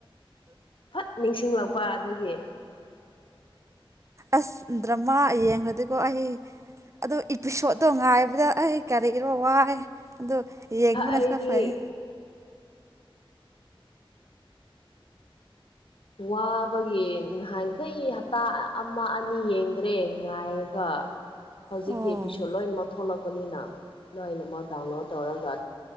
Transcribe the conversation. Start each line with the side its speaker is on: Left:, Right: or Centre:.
Left: ꯐꯠ ꯅꯤꯡꯁꯤꯡꯂꯛ ꯄꯥ ꯑꯗꯨꯒꯤ
Right: ꯑꯁ ꯗ꯭ꯔꯃꯥ ꯌꯦꯡꯈ꯭ꯔꯗꯤꯀꯣ ꯑꯩ ꯑꯗꯣ ꯏꯄꯤꯁꯣꯠꯇꯣ ꯉꯥꯏꯕꯗ ꯑꯩ ꯀꯔꯤꯔꯣ ꯋꯥꯏ ꯑꯗꯣ ꯌꯦꯡꯕꯨꯅ
Left: ꯑꯩꯗꯤ
Right: ꯈꯔ ꯐꯩꯌꯦ
Left: ꯋꯥꯕꯒꯤ ꯅꯍꯥꯟꯈꯩ ꯍꯞꯇꯥ ꯑꯃ ꯑꯅꯤ ꯌꯦꯡꯗ꯭ꯔꯦ ꯉꯥꯏꯔꯒ ꯍꯧꯖꯤꯛꯇꯤ
Right: ꯑꯣ
Left: ꯏꯄꯤꯁꯣꯠ ꯂꯣꯏꯅꯃꯛ ꯊꯣꯛꯂꯛꯄꯅꯤꯅ ꯂꯣꯏꯅꯃꯛ ꯗꯥꯎꯟꯂꯣꯗ ꯇꯧꯔꯒ